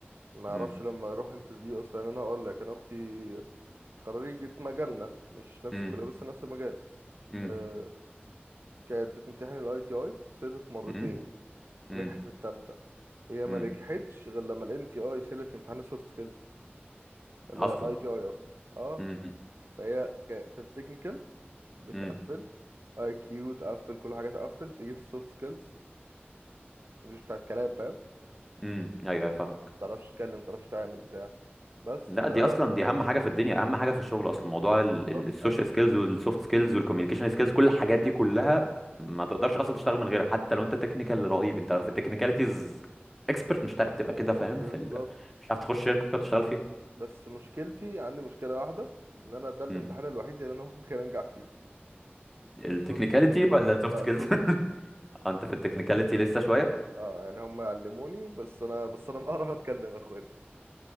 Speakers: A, on the right; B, in the centre.
A: ما
B: امم
A: اعرفش لما يروح انترفيو اصلا يعني انا هقول لك انا اختي خريجة مجالنا مش نفس
B: امم
A: الكلية بس نفس المجال
B: امم.
A: أه كانت بتمتحن الاي تي اي سقطت مرتين
B: امم
A: ونجحت
B: امم
A: في التالتة هي ما
B: امم
A: نجحتش غير لما الان تي اي شالت امتحان السوفت سكيلز الاي
B: اصلا
A: تي اي اصلا اه
B: امم
A: فهي ك... في التكنيكال بتقفل
B: امم
A: اي كيو تقفل كل حاجه تقفل تيجي في السوفت سكيلز مش بتاعت كلام فاهم
B: امم ايوه أيوة، فاهمك
A: متعرفش تتكلم متعرفش تعمل بتاع بس
B: لا
A: ده
B: دي اصلا دي اهم حاجه في الدنيا اهم حاجه في الشغل اصلا موضوع
A: ما بالظبط
B: السوشيال
A: قد-
B: سكيلز والسوفت سكيلز والكوميونيكيشن سكيلز كل الحاجات دي كلها ما تقدرش اصلا تشتغل من غيرها حتى لو انت تكنيكال رهيب انت لو في التكنيكاليتيز اكسبرت مش هتعرف تبقى كده فاهم
A: بالظبط
B: في ال... مش هتعرف تخش شركه وتشتغل فيها
A: بس مشكلتي عندي مشكله واحده ان انا ده الامتحان
B: امم
A: الوحيد اللي انا ممكن انجح فيه
B: التكنيكاليتي
A: السوفت سكيلز
B: ولا السوفت
A: لا
B: سكيلز
A: السوفت
B: <laughs>
A: سكيلز
B: انت في التكنيكاليتي
A: بس
B: لسه
A: كده
B: شويه
A: اه يعني هم علموني بس انا بس انا بعرف اتكلم يا اخويا